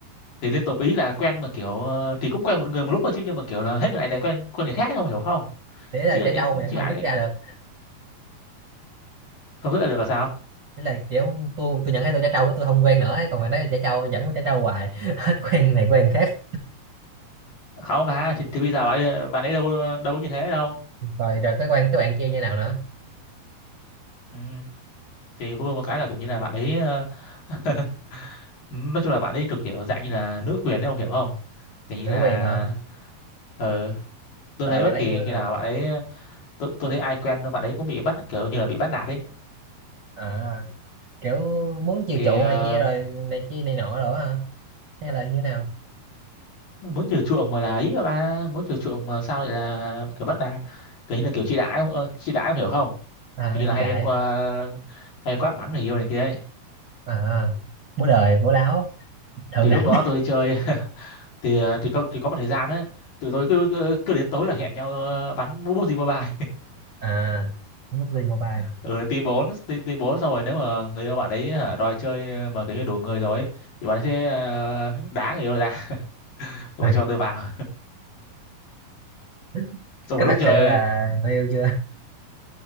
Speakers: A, on the left; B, on the right.
A: thì liên tục ý là quen mà kiểu ờ, thì cũng quen một người một lúc thôi chứ nhưng mà kiểu là hết người này lại quen quen người khác ấy, ông hiểu không
B: thế là
A: chứ lại
B: trẻ trâu mà vẫn
A: chứ
B: không
A: ai
B: dứt
A: đấy
B: ra được
A: không rất là được là sao
B: thế là kiểu tôi tôi nhận thấy tôi trẻ trâu tôi không quen nữa ấy. còn bạn ấy là trẻ trâu vẫn có trẻ trâu hoài <laughs> hết quen này quen khác
A: không bà thì, thì bây giờ bạn bạn ấy đâu có- đâu có như thế đâu
B: rồi rồi cái quen các bạn kia như nào nữa
A: ừ. thì vui một cái là kiểu như là bạn ấy ờ, <laughs> nói chung là bạn ấy cực kiểu dạng như là nữ quyền đấy ông hiểu không kiểu như
B: nữ
A: là
B: quyền hả
A: ờ tôi
B: rồi
A: thấy
B: bạn
A: bất
B: ấy
A: kỳ
B: như thế
A: khi
B: nào
A: nào bạn ấy tôi, tôi thấy ai quen bạn ấy cũng bị bắt kiểu như là bị bắt nạt ấy
B: à kiểu muốn chiều
A: thì
B: chuộng
A: ờ,
B: này kia rồi này kia này nọ đó hả hay là như thế nào
A: muốn chiều chuộng mà là ấy mà ba muốn chiều chuộng mà sao lại là kiểu bắt nạt kiểu như là kiểu chị đã uh, chị đã ông hiểu không
B: à
A: kiểu như là
B: chị
A: hay
B: đại
A: qua hay quát mắng người yêu này kia ấy
B: à bố đời bố láo thượng
A: thì
B: đẳng
A: lúc đó tôi chơi thì ờ, thì có thì có một thời gian á tụi tôi cứ, cứ cứ đến tối là hẹn nhau ờ, bắn bút gì mobile
B: à mút gì Mobile
A: <laughs> ở team bốn team, team bốn xong rồi nếu mà người yêu bạn ấy hả, đòi chơi ờ, mà kiểu như đủ người rồi ấy, thì bạn ấy sẽ ờ, đá người yêu ra <laughs> xong rồi
B: Ê,
A: cho tôi vào
B: <laughs>
A: xong
B: có
A: rồi lúc
B: thật
A: chơi
B: sự là người yêu chưa